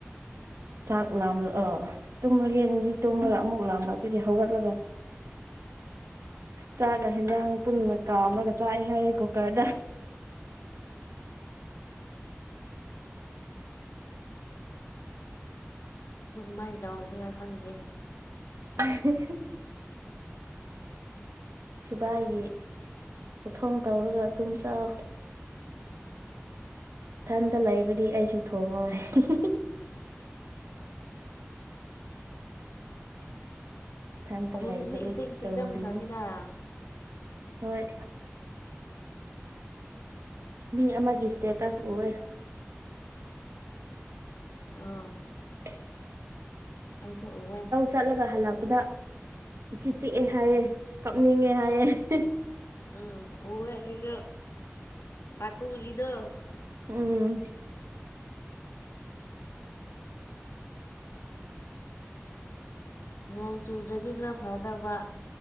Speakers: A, on the right; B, on the left.
A: ꯆꯥꯛ ꯂꯥꯝꯂ ꯑꯣ ꯇꯨꯝꯂꯒꯦꯗꯤ ꯇꯨꯝꯂꯒ ꯑꯃꯨꯛ ꯂꯥꯝꯕ ꯑꯗꯨꯗꯤ ꯍꯧꯒꯠꯂꯒ ꯆꯥꯛꯒ ꯍꯟꯖꯥꯡ ꯄꯨꯟꯅ ꯀꯥꯝꯃꯒ ꯆꯥꯏ ꯍꯥꯏꯌꯦ ꯀꯨꯀꯔꯗ
B: ꯃꯥꯏ ꯇꯎꯏꯁꯤꯅ ꯈꯪꯗꯦ꯫
A: ꯍꯤ ꯍꯤ ꯁꯤꯕꯥꯏꯒꯤ ꯈꯨꯊꯣꯡ ꯇꯧꯔꯒ ꯑꯗꯨꯨꯝꯝ ꯆꯥꯎ ꯏꯊꯟꯇ ꯂꯩꯔꯗꯤ ꯑꯩꯁꯨ ꯊꯣꯡꯉꯣꯏ ꯏꯊꯟꯇ
B: ꯈꯨꯟꯁꯦ
A: ꯂꯩꯗꯕꯩ
B: ꯏꯆꯤꯛ ꯆꯤꯛꯂꯝꯈ꯭ꯔꯅꯤꯗ
A: ꯇꯧꯔꯨꯔꯤꯅꯤ
B: ꯑꯥ
A: ꯍꯣꯏ ꯃꯤ ꯑꯃꯒꯤ ꯏꯁꯇꯦꯇꯁ ꯎꯑꯦ꯫
B: ꯑꯥ
A: ꯑꯦ <inaudible>
B: ꯑꯩꯁꯨ ꯎꯏ‌ꯦ
A: ꯆꯠꯂꯒ ꯍꯜꯂꯛꯄꯗ ꯏꯆꯤ ꯆꯤꯛꯑꯦ ꯍꯥꯏꯌꯦꯦ ꯀꯞꯅꯤꯡꯉꯦ ꯍꯥꯏꯌꯦ
B: ꯎ ꯑꯣꯋ ꯍꯥꯏꯁ ꯄꯇꯨꯖꯤꯗꫭ
A: ꯎꯝ
B: ꯅꯣꯡ ꯆꯨꯗ꯭ꯔꯗꯤ ꯈꯔ ꯐꯗꯕ